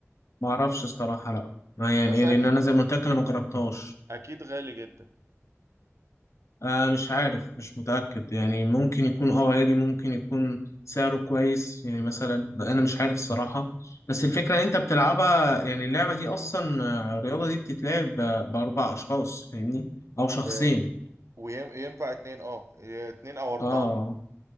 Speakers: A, on the left; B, on the right.
A: ما اعرفش الصراحه لا ما يعني
B: بس
A: ايه
B: اكيد
A: لان انا زي ما قلت لك انا ما جربتهاش
B: اكيد غالي جدا
A: آه مش عارف مش متاكد يعني ممكن يكون اه غالي ممكن يكون سعره كويس يعني مثلا انا مش عارف الصراحه بس الفكره إن انت بتلعبها يعني اللعبه دي اصلا آه، الرياضه دي بتتلعب ب- باربع اشخاص فاهمني او شخصين
B: آه، وينفع اتنين اه اتنين او اربعة
A: اه